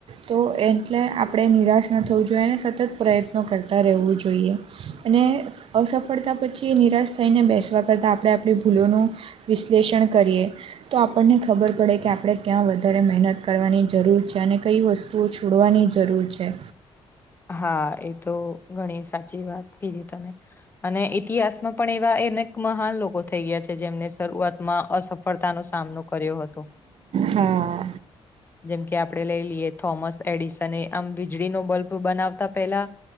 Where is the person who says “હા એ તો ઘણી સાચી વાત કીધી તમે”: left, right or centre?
Left